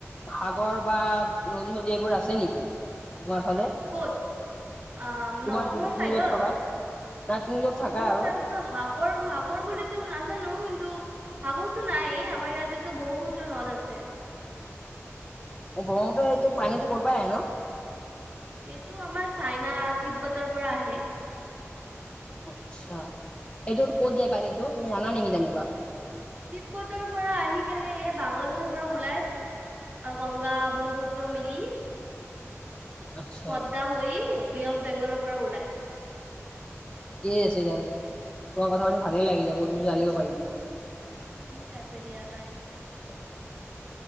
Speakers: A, on the left; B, on the right.
A: সাগৰ বা নদী চদী এইবোৰ আছে নেকি? তোমাৰ ফালে
B: ক'ত আহ মানে
A: তোমাৰ
B: অসমৰ
A: তুমি
B: চাইডত-
A: য'ত থকা নাই তুমি য'ত
B: অসমৰ
A: থাকা আৰু
B: ছাইডতো সাগৰ সাগৰ বুলিতো নাজানোঁ কিন্তু সাগৰটো নাই আমাৰ ইয়াতেতো ব্ৰহ্মপুত্ৰ নদ আছে।
A: ব্ৰহ্মপুত্ৰৰ এইটো পানীতটো কৰ পৰা আহে ন
B: এইটো আমাৰ চাইনা তিব্বতৰ পৰা আহে ন।
A: আচ্ছা এইযোৰ ক'ত যায় পানীটো তুমি জানা নেকি তেনেকুৱা-
B: তিব্বতৰ পৰা আহি কেনে এ বাংলাদেশৰ পৰা ওলাই। গংগা, ব্ৰহ্মপুত্ৰ, মিলি, -
A: আচ্ছা
B: পদদা হৈ বে অফ বেংগলৰ পৰা ওলাই।
A: ঠিক আছে দিয়ক তোমাৰ কথা পাতি ভালেই লাগিল বহুত জানিব পাৰিলো।
B: ঠিক আছে দিয়া বাই।
A: <inaudible>